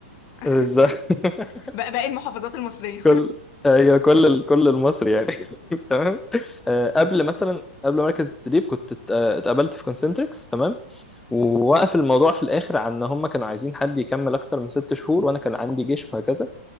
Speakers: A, in the centre; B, on the left.
A: بالظبط
B: <laughs>
A: <laughs>
B: بقى باقي المحافظات المصرية
A: كل ايوه كل ال- كل المصري يعني <laughs> تمام آه، قبل مثلا قبل مركز التدريب كنت ات- آه، اتقابلت في كونسنتريكس تمام ووقف الموضوع في الاخر عن ان هم كانوا عايزين حد يكمل اكتر من ست شهور وانا كان عندي جيش وهكذا